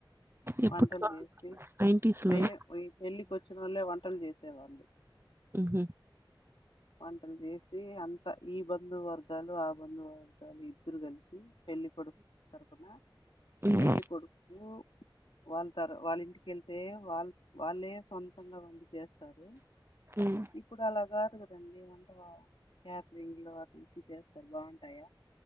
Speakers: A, on the right; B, on the left.
A: ఎప్పుడు
B: వంటలు చేసి
A: నైన్టీస్
B: మ
A: లోనా
B: పెళ్ళికి వచ్చిన వాళ్ళ వంటలు చేసేవాళ్ళు
A: ఉమ్,
B: వంటలు చేసి అంత ఈ బంధు వర్గాలు ఆ బంధు వర్గాలు ఇద్దరు కలిసి పెళ్లి కొడుకు తరపున
A: ఉమ్,
B: పెళ్ళికోడుకు వాళ్ళ తర వాళ్ళ ఇంటికెళ్తే వాళ్ళ వాళ్ళే సొంతంగా ఉండి చేస్తారు
A: ఉమ్.
B: ఇప్పుడు అలా కాదు కదండి వంట క్యాటరింగ్లు అట్లు ఇది చేస్తారు బాగుంటాయా